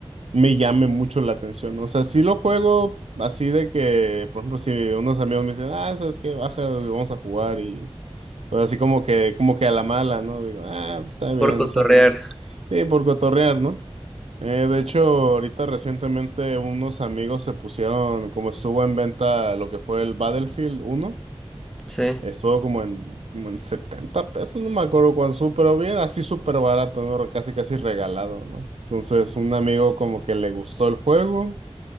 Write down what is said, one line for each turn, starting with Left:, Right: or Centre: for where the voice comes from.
Right: me llame mucho la atención. O sea, sí lo juego así de que, por ejemplo, si unos amigos me dicen, ah, ¿sabes qué? Baja, vamos a jugar y pues así como que, como que a la mala, ¿no? Digo, ah, pues está bien,
Centre: por cotorrear.
Right: o sea, sí, por cotorrear, ¿no? Eh, de hecho, ahorita recientemente unos amigos se pusieron, como estuvo en venta lo que fue el Battlefield uno
Centre: Sí,
Right: estuvo como en, como en 70 pesos, no me acuerdo cuánto, pero bien, así súper barato, ¿no? Casi casi regalado, ¿no? Entonces un amigo como que le gustó el juego